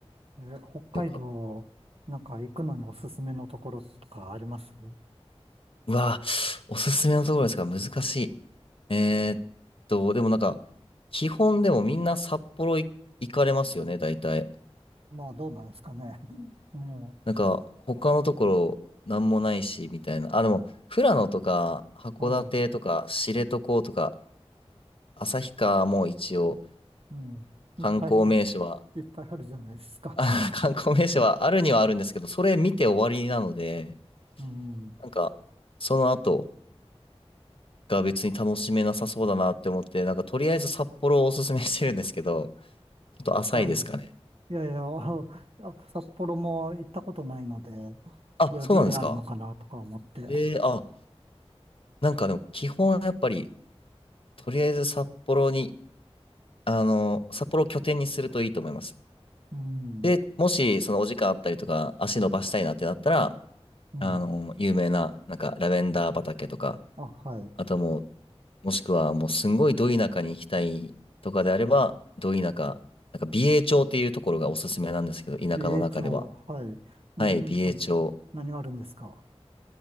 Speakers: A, on the right; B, on the left.
A: えー、北海道、
B: 良かった。
A: なんか行くのにおすすめのところとかあります
B: うわ、おすすめのところですか、難しい。えーっと、でもなんか、基本でもみんな札幌い行かれますよね、大体。
A: まあ、どうなんですかね。うん。え
B: なんか、他のところ、なんもないし、みたいな。あ、でも、富良野とか、函館とか、
A: え、はい。
B: 知床とか、旭川も一応、
A: うん。いっぱい、
B: 観光名所は、
A: いっぱいあるじゃないですか。
B: <laughs> あ、
A: <laughs>
B: 観光名所はあるにはあるんですけど、それ見て終わりなので、
A: うん。
B: なんか、その後が別に楽しめなさそうだなって思って、なんか、とりあえず札幌をおすすめしてるんですけど、ちょっと浅いですかね。
A: はい。いやいや、あやっぱ札幌も行ったことないので、
B: あ、
A: いや、
B: そうなんですか。
A: 何があるのかなとか思って。
B: えー、あ、なんかでも、基本やっぱり、とりあえず札幌に、あの、札幌を拠点にするといいと思います。
A: うん。
B: で、もし、そのお時間あったりとか、足伸ばしたいなってなったら、
A: うん。
B: あの、有名な、なんか、ラベンダー畑とか、
A: あ、はい。
B: あともう、もしくは、もう、すんごいど田舎に行きたいとかであれば、ど田舎、なんか、美瑛町っていうところがおすすめなんですけど、田舎の中では。
A: 美瑛町、はい。何と、
B: はい、美瑛町。
A: 何があるんですか